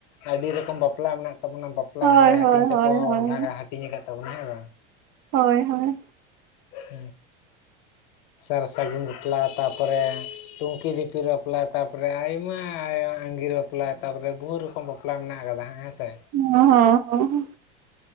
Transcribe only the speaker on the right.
ᱦᱳᱭ
ᱦᱳᱭ
ᱦᱳᱭ ᱦᱳᱭ
ᱦᱳᱭ ᱦᱳᱭ
ᱦᱮᱸ ᱦᱮᱸ ᱦᱮᱸ ᱦᱸ